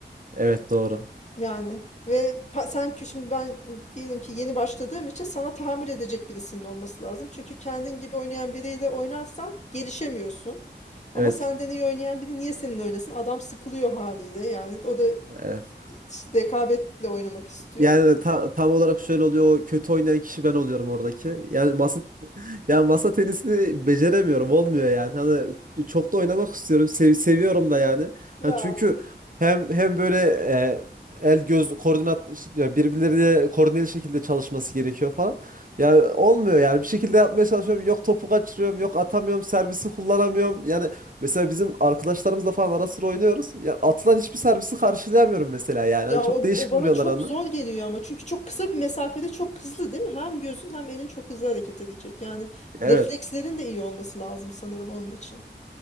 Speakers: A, on the right (about 50°); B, on the left (about 40°).
A: Evet doğru.
B: Yani ve pa- sen ki- şimdi ben e, diyelim ki yeni başladığım için sana tahammül edecek birisinin olması lazım. Çünkü kendin gibi oynayan biriyle oynarsan gelişemiyorsun. Ama
A: Evet.
B: senden iyi oynayan biri niye seninle oynasın? Adam sıkılıyor haliyle yani. O da
A: Evet.
B: işte rekabetle oynamak istiyor.
A: Yani ta- tam olarak şöyle oluyor. O kötü oynayan kişi ben oluyorum oradaki. Yani masa <laughs> yani masa tenisini beceremiyorum. Olmuyor yani. Hani çok da oynamak istiyorum. sev- seviyorum da yani.
B: Ya
A: Hani çünkü hem hem böyle e, el göz koordinat ya birbirleriyle koordineli şekilde çalışması gerekiyor falan. Yani olmuyor yani. Bir şekilde yapmaya çalışıyorum. Yok topu kaçırıyorum. Yok atamıyorum. Servisi kullanamıyorum. Yani mesela bizim arkadaşlarımızla falan ara sıra oynuyoruz. Ya atılan hiçbir servisi karşılayamıyorum mesela yani.
B: Ya
A: Hani çok
B: o,
A: değişik
B: o bana
A: vuruyorlar
B: çok
A: onlar.
B: zor geliyor ama çünkü çok kısa bir mesafede çok hızlı değil mi? Hem gözün hem elin çok hızlı hareket edecek. Yani
A: Evet.
B: reflekslerin de iyi olması lazım sanırım onun için.